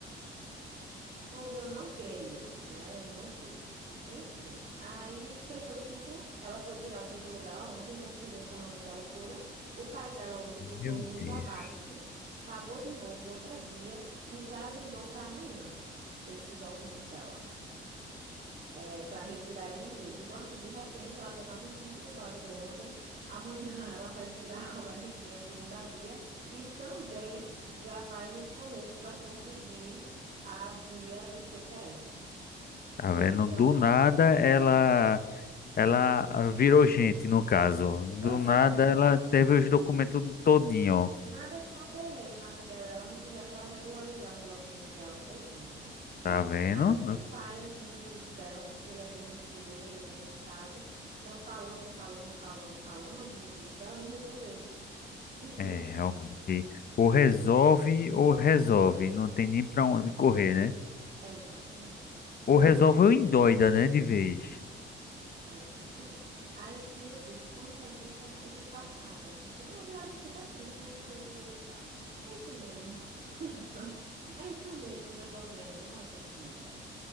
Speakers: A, on the right (about 50°); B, on the left (about 50°).
A: Fogo, eu não creio, né? Eu não creio. Enfim, aí, precisa do título. Ela foi tirar o título dela ontem para você ver como é o nome da loucura. O pai dela hoje botou
B: Meu
A: o mundo
B: Deus.
A: abaixo, pagou de novo outra guia e já agendou para amanhã esse documento dela, é, para retirar a RG. Então, assim, de repente, ela já está com o título que ela tirou ontem. Amanhã <laughs> ela vai tirar o RG, a segunda via, e também já vai nos correios para conseguir a via do CPF.
B: Tá
A: Então,
B: vendo? Do nada ela. Ela ah, virou gente, no caso. Do
A: pois
B: nada,
A: é,
B: ela teve os documentos todinho.
A: nada que um aperreio na vida dela não fizesse ela regularizar os documentos dela todinho, né?
B: Tá
A: E assim,
B: vendo?
A: nada que um pai, assim, no juízo dela, porque ele é bem ansioso, ele é bem agitado, então falando, falando, falando, falando no juízo dela, não resolvesse. <laughs> Entendeu?
B: É, realmente. Ou resolve ou resolve. Não tem nem pra onde correr, né?
A: Exatamente,
B: Ou resolve ou endoida, né? De vez.
A: É, Exatamente. Aí eu disse, meu Deus, quanta agitação. Eu fico passada. Assim, não, tem hora que eu fico assim, você não consigo acreditar. É isso mesmo. <laughs> É isso mesmo que eu tô vendo, não é possível.